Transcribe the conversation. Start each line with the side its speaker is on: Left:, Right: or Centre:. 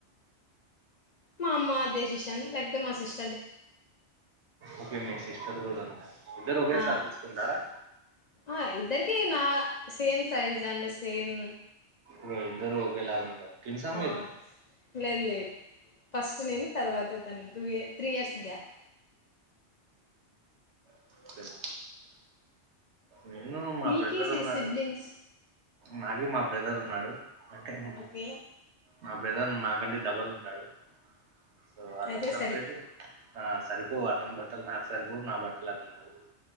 Left: మా అమ్మ డెసీషన్ లేకపోతే మా సిస్ట
Right: ఓకే మీ సిస్టర్ కూడా ఉందా. ఇద్దరు ఒకేసారి
Left: ఆ
Right: తీసుకుంటారా
Left: ఆ ఇద్దర్ కీ నా సేమ్ సైజ్ అండ్ సేమ్
Right: ఉం ఇద్దరు ఒకేలగుంటారు ట్విన్సా
Left: ఆ
Right: మీరు
Left: లేదు లేదు ఫస్ట్ నేను తర్వాత తను టూ ఇయ త్రీ ఇయర్స్ గ్యాప్
Right: <unintelligible> నేను మా
Left: మీకి
Right: బ్రదర్
Left: సి
Right: ఉన్నాడు
Left: సిబ్లింగ్స్
Right: నాగిమా బ్రదర్ ఉన్నాడు. అంటేమ్
Left: ఓకే
Right: మా బ్రదర్ నాకంటే డబ్బల్ ఉంటాడు సో అదంత
Left: అయితే సరి
Right: ప్లేటు ఆ సరిపోవ్ అతని బట్టలు నాకు సరిపోవ్ నా బట్టలు అతనికి సరిపోవ్